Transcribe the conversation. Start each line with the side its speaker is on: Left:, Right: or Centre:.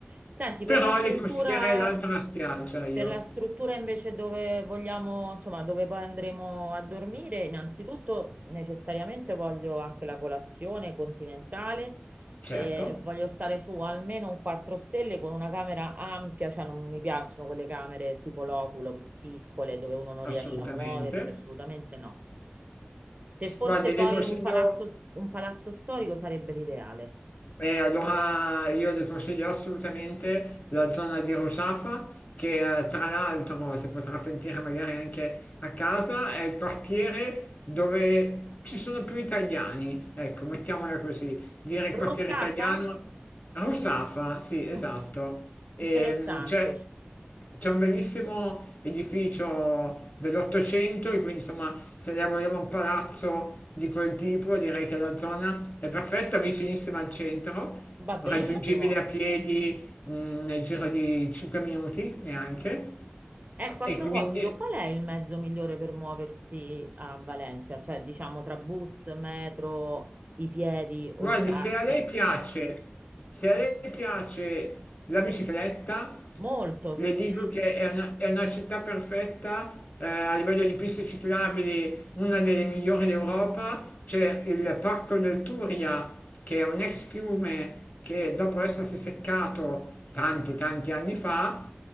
Right: Senti,
Left: Però
Right: per la struttura,
Left: li consiglierei l'altra spiaggia io,
Right: per la struttura invece dove vogliamo, insomma, dove poi andremo a dormire, innanzitutto necessariamente voglio anche la colazione continentale
Left: certo,
Right: e voglio stare su almeno un 4 stelle con una camera ampia, cioè non mi piacciono quelle camere tipo loculo, piccole, dove uno non
Left: assolutamente.
Right: riesce a muoversi, assolutamente no. Se fosse
Left: Guardi,
Right: poi
Left: vi consiglio,
Right: un palazzo, un palazzo storico sarebbe l'ideale.
Left: e allora io le consiglio assolutamente la zona di Rusafa, che eh, tra l'altro si potrà sentire magari anche a casa, è il quartiere dove ci sono più italiani, ecco, mettiamola così, dire il
Right: Rosafa?
Left: quartiere italiano. Rusafa, sì, esatto.
Right: Mm,
Left: E,
Right: Interessante,
Left: mm, c'è c'è un bellissimo edificio dell'Ottocento, e quindi insomma, se lei voleva un palazzo di quel tipo, direi che la zona è perfetta, vicinissima al centro,
Right: va benissimo.
Left: raggiungibile a piedi, mm, nel giro di 5 minuti neanche.
Right: Ecco, a
Left: E
Right: proposito,
Left: quindi.
Right: qual è il mezzo migliore per muoversi a Valencia? Cioè, diciamo tra bus, metro, i piedi o
Left: Guardi,
Right: il taxi?
Left: se a lei piace, se a lei piace la bicicletta,
Right: Molto,
Left: le
Right: sì, sì.
Left: dico che è una, è una città perfetta, eh, a livello di piste ciclabili, una delle migliori d'Europa. C'è il Parco del Turia, che è un ex fiume che dopo essersi seccato tanti, tanti anni fa,